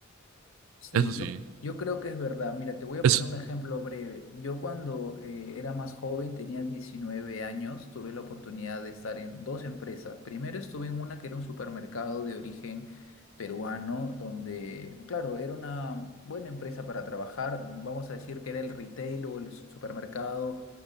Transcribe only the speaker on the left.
Sí,
yo, yo creo que es verdad. Mira, te voy a
poner un ejemplo breve. Yo cuando eh, era más joven, tenía 19 años, tuve la oportunidad de estar en dos empresas. Primero estuve en una que era un supermercado de origen peruano, donde, claro, era una buena empresa para trabajar. Vamos a decir que era el retail o el supermercado